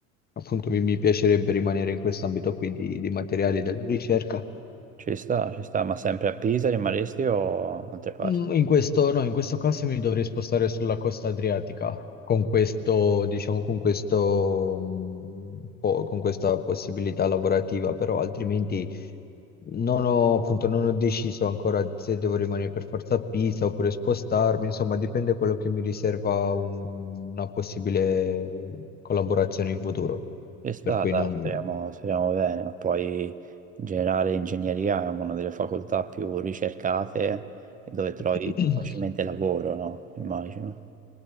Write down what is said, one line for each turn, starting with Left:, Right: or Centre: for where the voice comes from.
Left: appunto mi, mi piacerebbe rimanere in quest'ambito qui di, di materiali della ricerca.
Right: ci sta, ci sta, ma sempre a Pisa rimarresti o altre parti?
Left: Mm, In questo, no, in questo caso mi dovrei spostare sulla costa adriatica, con questo, diciamo, con questo, mm, po- con questa possibilità lavorativa, però altrimenti non ho, appunto, non ho deciso ancora se devo rimanere per forza a Pisa oppure spostarmi, insomma, dipende quello che mi riserva un- una possibile collaborazione in futuro,
Right: Ci sta,
Left: per cui
Right: dai,
Left: non...
Right: speriamo, speriamo bene, ma poi in generale ingegneria è una delle facoltà più ricercate e dove trovi
Left: <clears throat>
Right: più facilmente lavoro, no? Immagino.